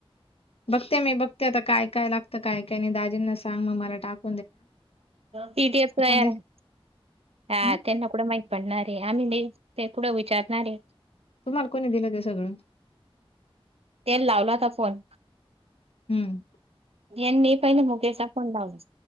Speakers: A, on the left; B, on the right.
A: बघते मी बघते आता काय काय लागतं काय काय नाही दाजींना सांग मग मला टाक
B: टीटीएफ नाय
A: दे
B: आली हा
A: हं,
B: त्यांना कुठं माहीत पडणार आहे आम्ही नाही ते कुढं विचारणार आहे
A: तुम्हाला कोणी दिलं ते सगळून
B: ते लावला होता फोन
A: हं,
B: यांनी पहिले मुगेचा फोन लावला